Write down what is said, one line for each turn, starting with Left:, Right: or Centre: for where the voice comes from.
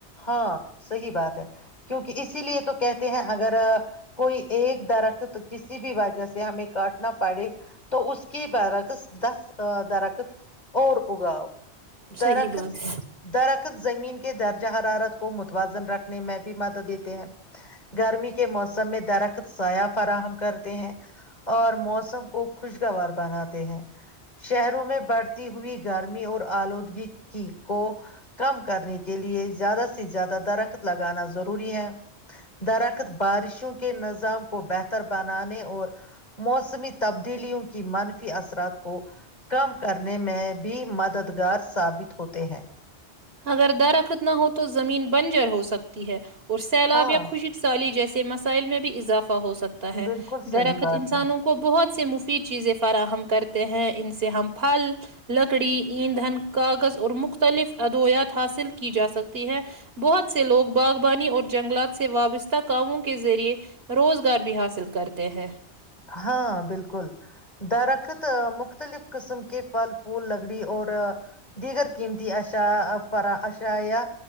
Left: ہاں صحیح بات ہے کیونکہ اسی لیے تو کہتے ہیں اگر کوئی ایک رکھ تو کسی بھی وجہ سے ہمیں کاٹنا پڑے تو اس کے برعکس دس درخت اور اگاؤ درخت
Right: صحیح بات ہے
Left: درخت زمین کے کہ درد <unintelligible> حرارت کو متوازن رکھنے میں بھی مدد دیتے ہیں گرمی کے موسم میں درخت ساف فراہم کرتے ہیں اور موسم کو خوشگوار بناتے ہیں شہروں میں بڑھتی ہوئی گرمی اور آلودگی کو کم کرنے کے لیے زیادہ سے زیادہ درخت لگانا ضروری ہے درخت بارشوں کے نظام کو بہتر بنانے اور موسمی تبدیلیوں کی منفی اثرات کو کم کرنے میں بھی مددگار ثابت ہوتے ہیں
Right: اگر درخت نہ ہو تو زمین بنجر ہو سکتی ہے اور سیلاب
Left: ہاں
Right: یا خوشک سالی جیسے مسائل میں بھی اضافہ ہو سکتا ہے
Left: بالکل صحیح
Right: درخت
Left: بات
Right: انسانوں
Left: ہے
Right: کو بہت سے مفت چیزیں فراہم کرتے ہیں ان سے ہم پھل لکڑی ایندھن کاغذ اور مختلف ادویات حاصل کی جا سکتی ہے بہت سے لوگ باغبانی اور جنگلات سے وابستہ کاموں کے ذریعے روزگار بھی حاصل کرتے ہیں
Left: ہاں بالکل درخت مختلف قسم کے پھل پھو لکڑی اور دیگر قیمتی اش اشایا